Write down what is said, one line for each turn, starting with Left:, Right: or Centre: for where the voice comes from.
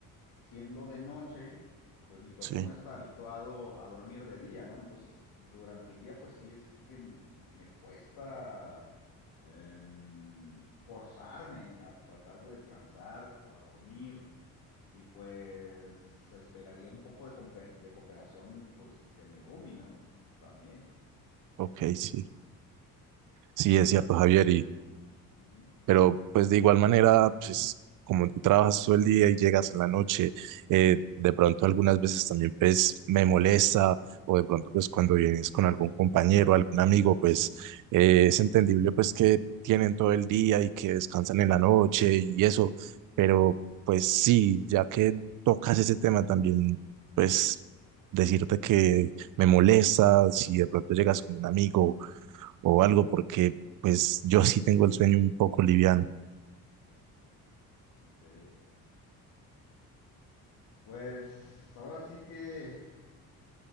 Left: siendo de noche, pues mi cuerpo
Right: Sí,
Left: no está habituado a dormir de día, ¿no? Entonces, durante el día, pues sí es que me cuesta em, forzarme a tratar de descansar, a dormir, y pues esperaría un poco de, compe- de cooperación, pues, de mi roomie, ¿no? También,
Right: ok, sí.
Left: pues
Right: Sí,
Left: esa
Right: es
Left: es la...
Right: cierto,
Left: eh,
Right: Javier. Y,
Left: ujú,
Right: Pero pues de igual manera, pues como tú trabajas todo el día y llegas en la noche, eh, de pronto algunas veces también pues me molesta o de pronto pues cuando vienes con algún compañero, algún amigo, pues eh, es entendible pues que tienen todo el día y que descansan en la noche y eso, pero pues sí, ya que tocas ese tema también, pues decirte que me molesta si de pronto llegas con un amigo o algo porque pues yo sí tengo el sueño un poco liviano.
Left: Ok. Pues ahora sí que